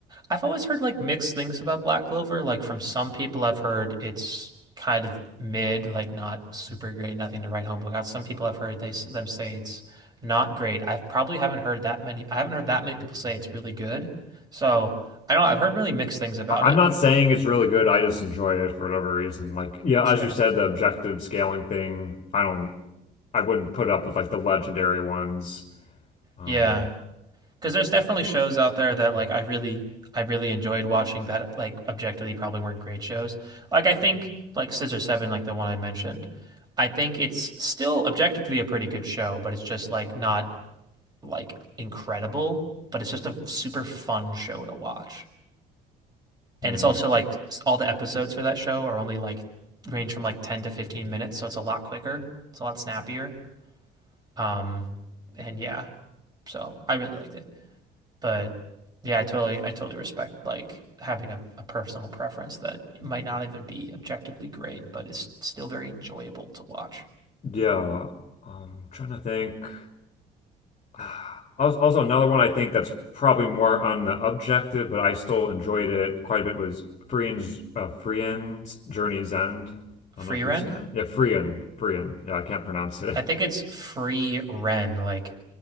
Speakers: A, on the right (about 25°); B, on the left (about 40°).
A: I've always heard like mixed things about Black Clover. Like from some people, I've heard it's kind of mid, like not super great, nothing to write home about. Some people I've heard they them say it's not great. I probably haven't heard that many. I haven't heard that many people say it's really good. So I don't know. I've heard really mixed things about
B: I- I'm
A: it.
B: not saying it's really good. I just enjoy it for whatever reason. Like yeah,
A: Sure.
B: as you said, the objective scaling thing. I don't. I wouldn't put up with like the legendary ones. Um,
A: Yeah. Because there's definitely shows out there that like I really I really enjoyed watching that like objectively probably weren't great shows. Like I think like Scissor Seven, like the one I mentioned, I think it's still objectively a pretty good show, but it's just like not like incredible, but it's just a super fun show to watch.
B: hmm.
A: And it's also like all the episodes for that show are only like range from like 10 to 15 minutes, so it's a lot quicker. It's a lot snappier. Um and yeah, so I really liked it. But yeah, I totally I totally respect like having a, a personal preference that might not even be objectively great, but is still very enjoyable to watch.
B: Yeah. Um, trying to think. <sighs> Als- Also, another one I think that's probably more on the objective, but I still enjoyed it quite a bit was Frieren's uh, Frieren's Journey's End. I
A: Free
B: don't know if
A: Ren?
B: you've seen it. Yeah, Frien, Frien. Yeah, I can't pronounce it.
A: I think
B: <laughs>
A: it's free Ren, like